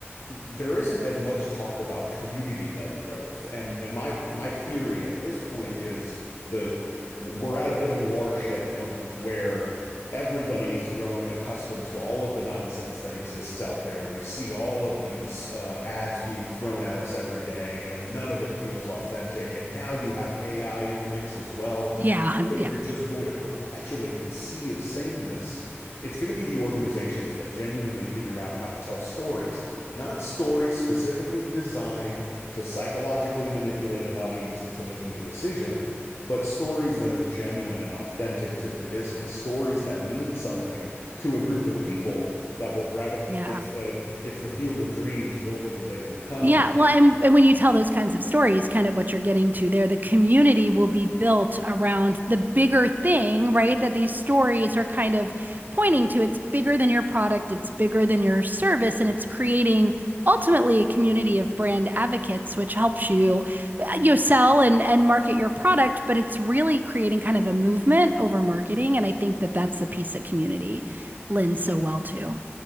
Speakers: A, on the left; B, on the right.
A: there isn't as much talk about community-led growth. And and my my theory at this point is that we're at a bit of a watershed moment where everybody has grown accustomed to all of the nonsense that exists out there. We see all of these uh, ads being thrown at us every day, and none of it feels authentic. And now you have AI in the mix as well.
B: Yeah,
A: And so
B: yeah,
A: you're just going to perpetuate this sea of sameness. It's going to be the organizations that genuinely figure out how to tell stories not stories specifically designed to psychologically manipulate an audience into making a decision, but stories that are genuine and authentic to the business, stories that mean something to a group of people that will grab it.
B: yeah.
A: It's the it's the field of dreams, build it and they will come,
B: Yeah, well, and and when you tell those kinds of stories, kind of what you're getting to there, the community will be built around the bigger thing, right? That these stories are kind of pointing to. It's bigger than your product, it's bigger than your service, and it's creating ultimately a community of brand advocates, which helps you, uh, you know, sell and and market your product, but it's really creating kind of a movement over marketing, and I think that that's the piece that community lends so well to.